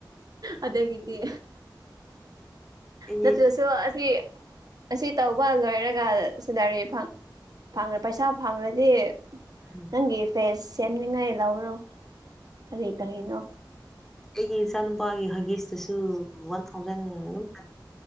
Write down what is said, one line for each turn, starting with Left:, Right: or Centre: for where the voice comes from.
Right: ꯑꯗꯒꯤꯗꯤ
Centre: ꯑꯩꯒꯤ
Right: ꯅꯠꯇ꯭ꯔꯁꯨ ꯑꯁꯤ ꯑꯁꯤ ꯇꯧꯕ ꯂꯣꯏꯔꯒ ꯁꯦꯂꯔꯤ ꯐꯦ ꯄꯩꯁꯥ ꯐꯪꯂꯗꯤ
Centre: ꯎꯝ
Right: ꯅꯪꯒꯤ ꯐꯦꯁ ꯁꯦꯝꯅꯤꯉꯥꯏ ꯂꯧꯔꯣ ꯀꯔꯤ ꯀꯔꯤꯅꯣ
Centre: ꯑꯩꯒꯤ ꯏꯆꯥꯅꯨꯄꯥꯒꯤ ꯍꯒꯤꯁꯇꯁꯨ ꯋꯥꯟ ꯊꯥꯎꯖꯟ ꯑꯗꯨꯝ ꯎ